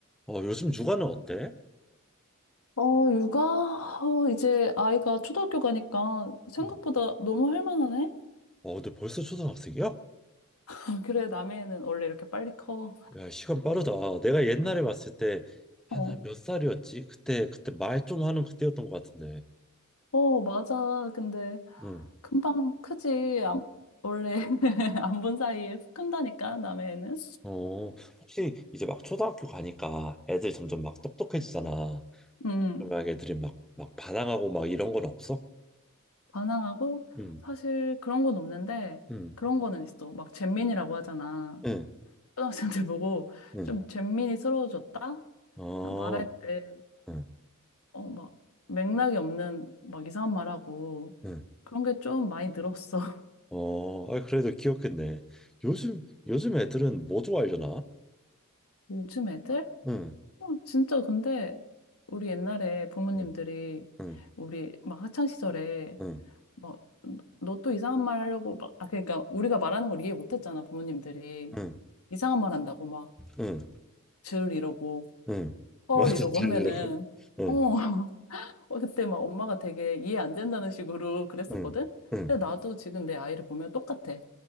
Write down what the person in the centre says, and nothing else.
어, 요즘 육아는 어때?
응.
어, 근데 벌써 초등학생이야?
야, 시간 빠르다. 내가 옛날에 봤을 때, 한,
한 몇 살이었지? 그때, 그때 말 좀 하는 그때였던 것 같은데.
응.
어, 혹시 이제 막 초등학교 가니까 애들 점점 막 똑똑해지잖아.
그러면 애들이 막, 막 반항하고 막 이런 건 없어?
응,
응,
응,
응.
어,
응,
응.
어, 아, 그래도 귀엽겠네. 요즘, 요즘 애들은 뭐 좋아하려나?
응,
응, 응,
응.
응.
응,
응.
맞아,
들리라고.
응,
응, 응.